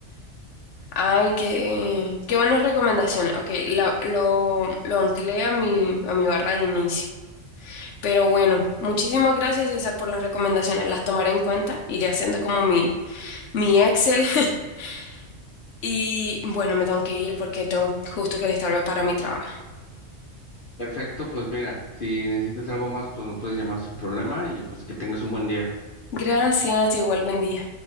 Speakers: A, on the left (about 70°); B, on the left (about 45°).
A: Ay, qué, qué buenas recomendaciones. Ok, la- lo, lo anclé a mi, a mi barra de inicio. Pero bueno, muchísimas gracias, César, por las recomendaciones. Las tomaré en cuenta. Iré haciendo como mi, mi Excel. <laughs> Y bueno, me tengo que ir porque tengo justo que alistarme para mi trabajo.
B: Perfecto, pues mira, si necesitas algo más, pues me puedes llamar sin problema y pues que tengas un buen día.
A: Gracias, igual buen día.